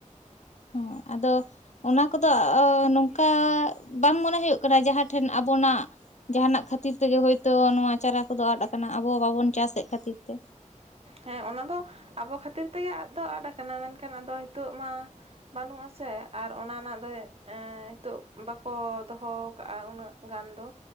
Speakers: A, on the left; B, on the right.
A: ᱦᱮ ᱟᱫᱚ ᱚᱱᱟ ᱠᱚᱫᱚ ᱱᱚᱝᱠᱟ ᱵᱟᱝ ᱢᱚᱱᱮ ᱦᱩᱭᱩᱜ ᱠᱟᱱᱟ ᱡᱟᱦᱟᱸ ᱴᱷᱮᱱ ᱟᱵᱚᱱᱟᱜ ᱡᱟᱦᱟᱱᱟᱜ ᱠᱷᱟᱹᱛᱤᱨ ᱛᱮᱜᱮ ᱦᱳᱭᱛᱚ ᱱᱚᱣᱟ ᱪᱟᱨᱟ ᱠᱚᱫᱚ ᱟᱫ ᱟᱠᱟᱱᱟ ᱟᱵᱚ ᱵᱟᱵᱚᱱ ᱪᱟᱥᱮᱫ ᱠᱷᱟᱹᱛᱤᱨ ᱛᱮ
B: ᱦᱮᱸ ᱚᱱᱟᱫᱚ ᱟᱵᱚ ᱠᱷᱟᱹᱛᱤᱨ ᱛᱮᱜᱮ ᱟᱫ ᱫᱚ ᱟᱫ ᱠᱟᱱᱟ ᱢᱮᱱᱠᱷᱟᱱ ᱟᱫᱚ ᱦᱤᱛᱳᱜ ᱢᱟ᱾ ᱵᱟᱹᱱᱩᱜᱼᱟ ᱥᱮ ᱟᱨ ᱚᱱᱟ ᱨᱮᱱᱟᱜ ᱫᱚ ᱱᱤᱛᱚᱜ ᱵᱟᱠᱚ ᱫᱚᱦᱚ ᱠᱟᱜᱼᱟ ᱩᱱᱟᱹᱜ ᱜᱟᱱ ᱫᱚ